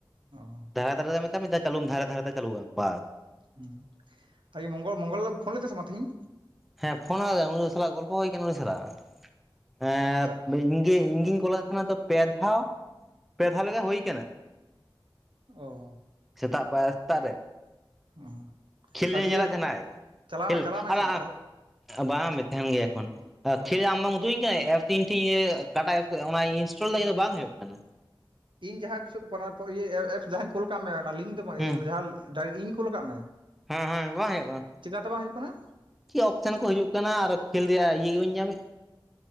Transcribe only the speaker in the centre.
ᱫᱷᱟᱨᱮ ᱫᱷᱟᱨᱮ ᱛᱮ ᱢᱮᱛᱟᱭ ᱢᱮ ᱢᱤᱫᱫᱷᱟᱣ ᱪᱟᱞᱩᱢ ᱫᱷᱟᱨᱮ ᱫᱷᱷᱟᱨᱮ ᱛᱮ ᱪᱟᱞᱩᱭᱟ ᱵᱟᱥ
ᱦᱮᱸ ᱯᱷᱳᱱ ᱟᱫ ᱩᱱᱤ ᱥᱟᱞᱟᱜ ᱜᱚᱞᱯᱚ ᱦᱩᱭ ᱟᱠᱟᱱᱟ ᱩᱱᱤ ᱥᱟᱞᱟᱜ ᱮ
ᱜᱮ ᱤᱧ ᱜᱤᱧ ᱠᱚᱞᱮᱫ ᱛᱟᱦᱮᱱᱟ ᱛᱚ ᱯᱮ ᱫᱷᱟᱣ ᱯᱮ ᱫᱷᱟᱣ ᱞᱮᱠᱟ ᱦᱩᱭ ᱟᱠᱟᱱᱟ
ᱥᱮᱛᱟᱜ ᱯᱟᱭᱨᱟ ᱥᱮᱛᱟᱜ ᱨᱮ
ᱠᱷᱮᱞ
ᱧᱮᱞᱮᱫ
ᱛᱟᱦᱮᱱᱟᱭ
ᱠᱷᱮᱞ
ᱟᱨ
ᱵᱟᱝ ᱢᱮ ᱛᱟᱦᱮᱱ ᱜᱮᱭᱟ ᱮᱠᱷᱚᱱ
ᱠᱷᱮᱞ ᱟᱢ ᱵᱟᱢ ᱟᱫᱩᱧ ᱠᱟᱱᱟ ᱮᱯᱥ ᱤᱧ ᱴᱷᱮᱱ ᱠᱟᱴᱟᱜ ᱮᱯᱥ ᱚᱱᱟ ᱤᱱᱥᱴᱚᱞ ᱤᱧᱟᱜ ᱫᱚ ᱵᱟᱝ ᱦᱩᱭᱩᱜ ᱠᱟᱱᱟ
ᱦᱮᱸ
ᱦᱮᱸ ᱦᱮᱸ ᱵᱟᱝ ᱦᱩᱭᱩᱜ-ᱟ
ᱪᱮᱫ ᱚᱯᱥᱮᱱ ᱠᱚ ᱦᱤᱡᱩᱜ ᱠᱟᱱᱟ ᱟᱨᱚ ᱠᱷᱮᱞ ᱨᱮᱭᱟᱜ ᱤᱭᱟᱹ ᱜᱮᱵᱟᱹᱧ ᱧᱟᱢᱮᱫ